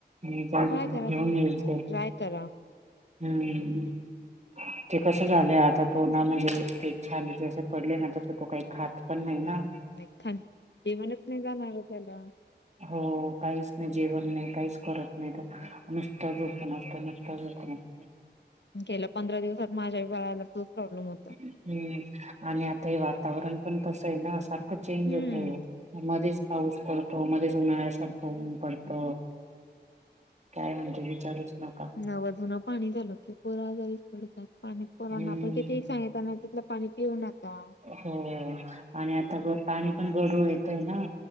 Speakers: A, on the right (about 40°); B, on the left (about 80°).
A: मोबाईल
B: ट्राय करा
A: घेऊन
B: तुम्ही
A: येईल
B: हो
A: त. <inaudible>
B: ट्राय करा.
A: हम्म. ते कसं झालं आता तो ना म्हणजे ते छले ज पडले ना तस तो काही खात पण नाही ना.
B: नाही खान जेवणच नाही जाणार त्याला.
A: हो. काहीच नाही जेवण नाही काहीच करत नाही तर नुसताच झोप न असतो नुसताचत.
B: गेल्या पंधरा दिवसात माझ्या बाळाला तोच प्रॉब्लेम होता.
A: हम्म आणि आता हे वातावरण पण तसं आहे ना सारखं. चेंज
B: हम्म.
A: होतो मध्येच पाऊस पडतो मध्येच उन्हाळ्यासारखंऊन पडत. काय म्हणते विचारच नका.
B: नवधुून. पाणी झालं की पोरा आजारीच पडतात. पाणी पुरवण
A: हम्म
B: आपण किती सांगितताना तिथलं पाणी पिऊ न आता.
A: हो आणि आता पाणी पण गडू येत आहे ना.